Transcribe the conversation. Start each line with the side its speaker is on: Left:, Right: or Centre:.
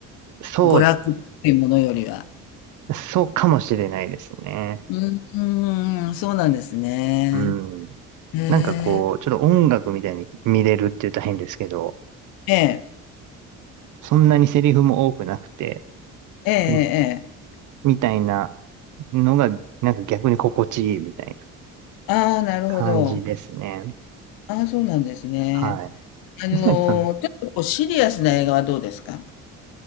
Right: そう、
Left: 娯楽っていうものよりは。
Right: そうかもしれないですね。
Left: うーん、そうなんですね。
Right: うん。
Left: へ
Right: なんかこう、
Left: え。
Right: ちょっと音楽みたいに見れるって言ったら変ですけど、
Left: ええ、
Right: そんなにセリフも多くなくて、
Left: ええええええ
Right: うんみたいなのが、なんか逆に心地いいみたいな
Left: ああ、なるほど。
Right: 感じですね。
Left: ああ、そうなんですね。
Right: はい。
Left: あの、
Right: 水谷さん、
Left: ちょっとこうシリアスな映画はどうですか